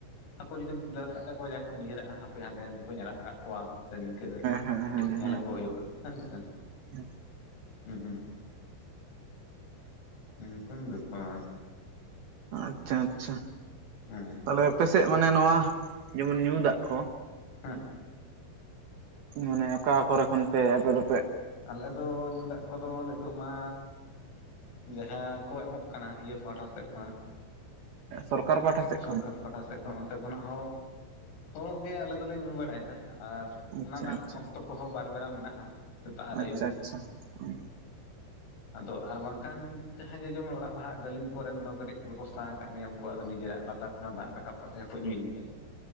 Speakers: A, on the left; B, on the right.
A: ᱦᱟᱹᱠᱩ ᱡᱩᱫᱤᱢ <unintelligible> ᱟᱠᱟᱠᱚᱣᱟ ᱰᱟᱭᱨᱮᱠᱴᱮᱢ ᱩᱭᱦᱟᱹᱨᱟᱜᱼᱟ ᱦᱟᱯᱮ ᱦᱟᱱᱰᱮ ᱱᱩᱱᱠᱩᱧ ᱟᱲᱟᱜ ᱟᱠᱟᱫ ᱠᱚᱣᱟ᱾ ᱥᱮ ᱱᱤᱝᱠᱟᱹ
B: ᱦᱮᱸ
A: ᱠᱟᱹᱴᱤᱡ
B: ᱦᱮᱸ
A: ᱧᱮᱞ
B: ᱦᱮᱸ ᱦᱮᱸ
A: ᱟᱠᱚ ᱦᱩᱭᱩᱜᱼᱟ ᱦᱮᱸ ᱥᱮ
B: <inaudible>
A: ᱦᱩᱸ ᱦᱩᱸ ᱚᱝᱠᱟᱱ ᱵᱮᱯᱟᱨ
B: ᱟᱪᱪᱷᱟ ᱟᱪᱪᱷᱟ᱾
A: ᱦᱮᱸ
B: ᱛᱟᱦᱞᱮ ᱟᱯᱮᱥᱮᱫ ᱢᱟᱱᱮ ᱱᱚᱣᱟ ᱡᱮᱢᱚᱱ ᱧᱩ ᱫᱟᱜ ᱠᱚ
A: ᱦᱮᱸ
B: ᱢᱟ. ᱱᱮ ᱟᱠᱟ ᱠᱚᱨᱮ ᱠᱷᱚᱱᱯᱮ ᱟᱯᱮᱫᱚ
A: ᱟᱞᱮ ᱫᱚ ᱧᱩ ᱫᱟᱜ ᱠᱚᱫᱚ ᱱᱤᱛ ᱛᱚ ᱢᱟ ᱡᱟᱦᱟᱸ ᱠᱚ ᱮᱢᱚᱜ ᱠᱟᱱᱟ ᱤᱭᱟᱹ ᱯᱟᱦᱴᱟ ᱥᱮᱫ ᱠᱷᱚᱱᱟᱜ
B: ᱥᱚᱨᱠᱟᱨ ᱯᱟᱦᱴᱟ ᱥᱮᱫ
A: ᱥᱚᱨᱠᱟᱨ
B: ᱠᱷᱚᱱ
A: ᱯᱟᱦᱴᱟ ᱥᱮᱫ ᱠᱷᱚᱱ ᱚᱱᱛᱮ ᱠᱷᱚᱱᱟᱜ ᱦᱚᱸ ᱦᱚᱜ ᱜᱮ ᱟᱞᱮ ᱫᱚᱞᱮ ᱧᱩ ᱵᱟᱲᱟᱭᱮᱫᱟ ᱟᱨ
B: ᱟᱪᱪᱷᱟ
A: ᱚᱱᱟ ᱨᱮᱱᱟᱜ
B: ᱟᱪᱪᱷᱟ
A: ᱚᱠᱛᱚ ᱠᱚᱦᱚᱸ ᱵᱟᱨ ᱵᱮᱨᱟ ᱢᱮᱱᱟᱜᱼᱟ᱾ ᱥᱮᱛᱟᱜ ᱟᱨ
B: ᱟᱪᱪᱷᱟ
A: ᱟᱹᱭᱩᱵ
B: ᱟᱪᱪᱷᱟ <inaudible>
A: ᱟᱫᱚ ᱟᱨ ᱵᱟᱝᱠᱷᱟᱱ ᱡᱟᱦᱟᱸᱭ ᱡᱮ ᱡᱮᱢᱚᱱ ᱚᱲᱟᱜ ᱞᱟᱦᱟᱜ ᱜᱟᱹᱞᱤᱢ ᱠᱚᱨᱮᱱ ᱫᱚ ᱠᱟᱹᱴᱤᱡ ᱠᱚ ᱵᱮᱵᱚᱥᱛᱷᱟ ᱟᱠᱟᱫ ᱱᱤᱭᱚᱢ ᱠᱚ ᱩᱱᱠᱩᱟᱜ ᱱᱤᱡᱮᱨᱟᱜ ᱞᱟᱛᱟᱨ ᱠᱷᱚᱱᱟᱜ ᱫᱟᱜ ᱨᱟᱠᱟᱵ ᱠᱟᱛᱮ ᱦᱚᱸ ᱠᱚ ᱧᱩᱭ ᱜᱤᱭᱟ